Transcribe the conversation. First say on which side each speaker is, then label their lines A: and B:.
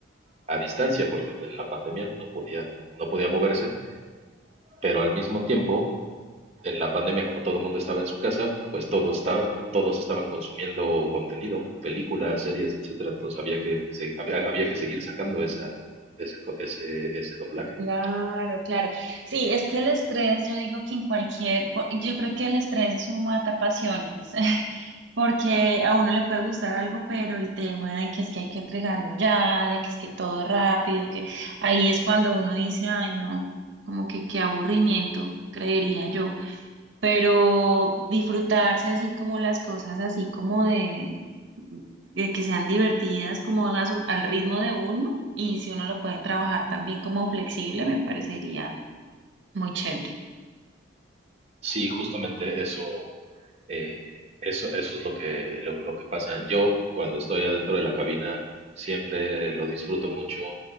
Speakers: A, on the right (about 30°); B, on the right (about 70°).
A: a distancia, porque en la pandemia no podía, no podía moverse, pero al mismo tiempo en la pandemia, como todo el mundo estaba en su casa, pues todo está, todos estaban consumiendo contenido, películas, series, etcétera. Entonces había que, se- había, había que seguir sacando esa, ese, ese, ese doblaje.
B: Claro, claro. Sí, es que el estrés, yo digo que en cualquier, o- yo creo que el estrés es un matapasiones, <laughs> porque a uno le puede gustar algo, pero el tema de que es que hay que entregarlo ya, de que es que todo rápido, que ahí es cuando uno dice, ay, no, como que qué aburrimiento, creería yo. pero disfrutarse así como las cosas, así como de, de que sean divertidas, como a su- al ritmo de uno, y si uno lo puede trabajar también como flexible, me parecería muy chévere.
A: Sí, justamente eso, eh, eso, eso es lo que, lo, lo que pasa. Yo cuando estoy adentro de la cabina siempre lo disfruto mucho,